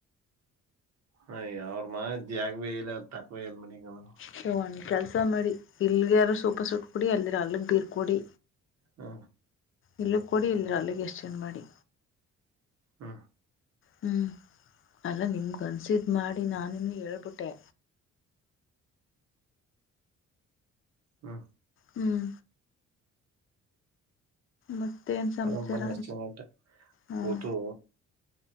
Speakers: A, on the right; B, on the left.
A: ಹ ಅವ್ರ ಮಾ ಜಾಗ ಭೇ ಇಲ್ಲ ತಕ್ವೇ ಇಲ್ ಮಗಂದ್ರರು
B: ಸ ಒಂದು ಕೆಲಸ ಮಾಡಿ ಇಲ್ಲಿಗೆ ಯಾರು ಸೂಪರ್ ಸುಟ್ಟ ಕೊಡಿ ಅಲ್ಲಿದಿರೋ ಅಲ್ಲಿಗೆ ಬೀರ್ ಕೊಡಿ
A: ಹಾ
B: ಇಲ್ಲಿ ಕೊಡಿ ಇಲ್ ಅಲ್ಲಿಗೆ ಎಸ್ ಚೇಂಜ್ ಮಾಡಿ
A: ಹಾಂ
B: ಹ್ಞೂ ಅಲ್ಲ ನಿಮ್ ಕನ್ಸಿದು ಮಾಡಿ ನಾನು ನಿಮಗೆ ಹೇಳ್ಬಿಟ್ಟೆ
A: ಹಾ
B: ಹ್ಮ್ ಮತ್ತೇನು ಸಮಾಚಾರ
A: ಕಡ ಬನ್ನಿ ಅಷ್ಟಂಟ
B: ಹಾಂ
A: ಕೂತು